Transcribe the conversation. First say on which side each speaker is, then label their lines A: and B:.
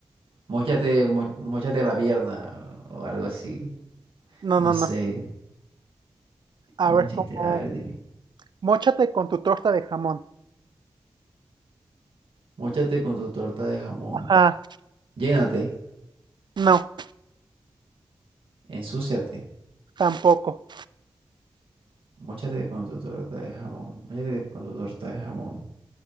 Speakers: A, on the right; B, on the right.
A: Móchate, mo- móchate la pierna o algo así.
B: no,
A: No
B: no,
A: sé.
B: no.
A: Móchate,
B: A ver, como.
A: a ver, dime.
B: Móchate con tu torta de jamón.
A: Móchate con tu torta de jamón.
B: Ajá.
A: Llénate,
B: No,
A: ensúciate.
B: tampoco.
A: Móchate con tu torta de jamón. Móchate con tu torta de jamón.